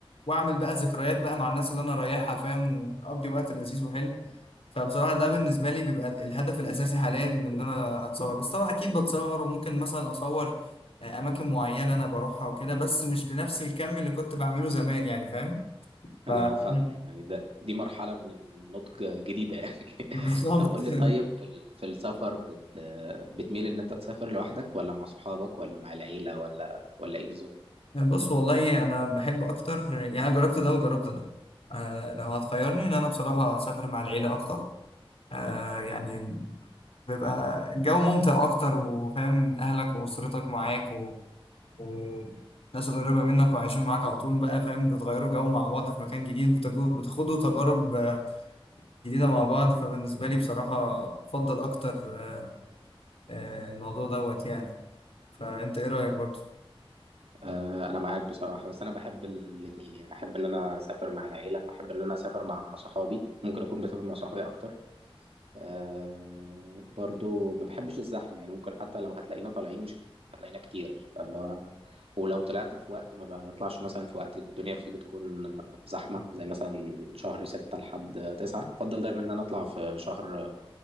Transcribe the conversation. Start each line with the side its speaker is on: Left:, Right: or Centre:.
Left: واعمل بقى ذكريات بقى مع الناس اللي انا رايحها فاهم واقضي وقت لذيذ وحلو فبصراحه ده بالنسبه لي بيبقى ال- الهدف الاساسي حاليا من ان انا اتصور بس طبعا اكيد بتصور وممكن مثلا اصور آه، اماكن معينه انا بروحها وكده بس مش بنفس الكم اللي كنت بعمله زمان يعني فاهم
Right: انا
Left: فأنا-
Right: فاهمك يعني ده دي مرحلة من النضج جديدة يعني
Left: بالظبط
Right: <laughs> طب قول لي
Left: <laughs>
Right: طيب في ال- في السفر بت بتميل ان انت تسافر لوحدك ولا مع صحابك ولا مع العيلة ولا ولا ايه بالظبط
Left: بص والله انا بحب اكتر يعني أنا جربت ده وجربت ده آه، لو هتخيرني ان انا بصراحه اسافر مع العيله اكتر آه، يعني بيبقى الجو ممتع أكتر وفاهم أهلك وأسرتك معاك و... وناس قريبة منك وعايشين معاك على طول بقى فاهم بتغيروا جو مع بعض في مكان جديد بتجو- بتاخدوا تجارب آه، جديدة مع بعض فبالنسبة لي بصراحة بفضل أكتر آه، آه، الموضوع دوت يعني فأنت إيه رأيك برضه؟
Right: آه، انا معاك بصراحه بس انا بحب الاثنين يعني احب ان انا اسافر مع العيله واحب ان انا اسافر مع صحابي ممكن اكون بسافر مع صحابي اكتر أه برضو ما بحبش الزحمه يعني ممكن حتى لو هتلاقينا طالعين مش هتلاقينا كتير فاللي هو ولو طلعت في وقت ما بطلعش مثلا في وقت الدنيا فيه بتكون آه، زحمه زي مثلا من شهر ستة لحد تسعة بفضل دايما ان انا اطلع في شهر